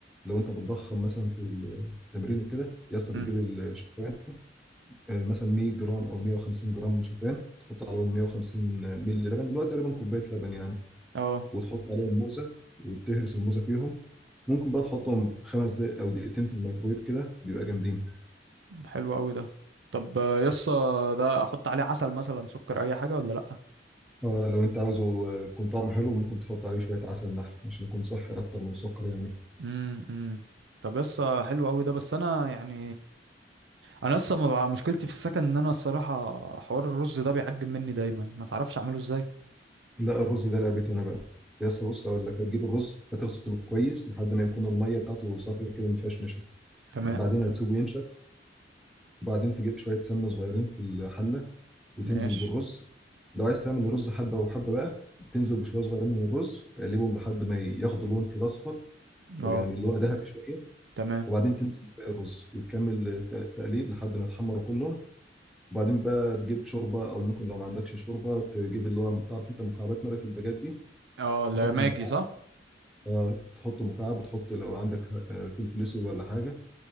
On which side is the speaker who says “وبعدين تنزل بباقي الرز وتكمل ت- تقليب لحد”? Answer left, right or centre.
Centre